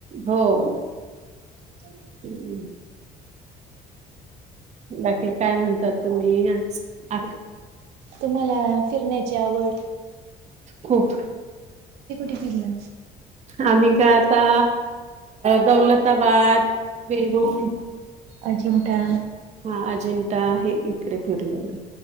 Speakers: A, on the right (about 40°); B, on the right (about 90°).
A: हो. हो.
B: <inaudible>
A: हम्म, बाकी काय म्हणतात तूम्ही? मी आज आक
B: तुम्हाला फिरण्याची आवड?
A: खूप.
B: किती पिरला.
A: आम्ही काय आता, दौलताबाद, वेरूळ
B: अजिंटा
A: हा अजिंठा हे इकडे फिरलेलं आहे.